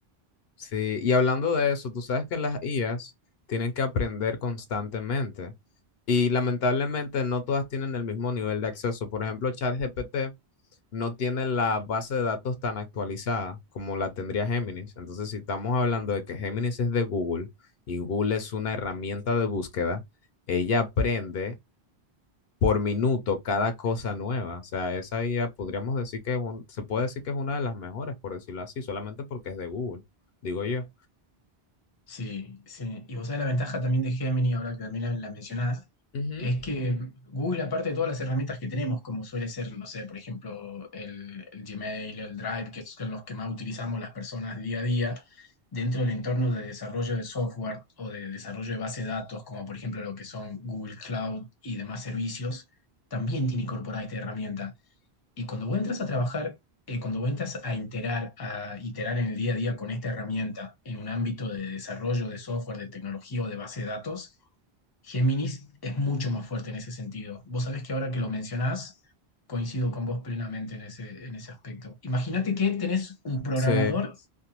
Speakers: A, on the left; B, on the left.
A: sí, y hablando de eso, tú sabes que las IAs tienen que aprender constantemente y lamentablemente no todas tienen el mismo nivel de acceso. Por ejemplo, ChatGPT no tiene la base de datos tan actualizada como la tendría Géminis. Entonces, si estamos hablando de que Géminis es de Google y Google es una herramienta de búsqueda, ella aprende por minuto cada cosa nueva. O sea, esa IA podríamos decir que es un- se puede decir que es una de las mejores, por decirlo así, solamente porque es de Google, digo yo.
B: Sí, sí. Y vos sabés la ventaja también de Gemini, ahora que también la, la mencionás,
A: Ujú.
B: es que Google, aparte de todas las herramientas que tenemos, como suele ser, no sé, por ejemplo, el, el Gmail, el Drive, que son los que más utilizamos las personas día a día, dentro del entorno de desarrollo de software o de desarrollo de base de datos, como por ejemplo lo que son Google Cloud y demás servicios, también tiene incorporada esta herramienta. Y cuando vos entras a trabajar, eh, cuando vos entras a iterar, a iterar en el día a día con esta herramienta en un ámbito de desarrollo de software, de tecnología o de base de datos, Géminis es mucho más fuerte en ese sentido. Vos sabés que ahora que lo mencionás, coincido con vos plenamente en ese, en ese aspecto. Imagínate que tenés un programador
A: Sí,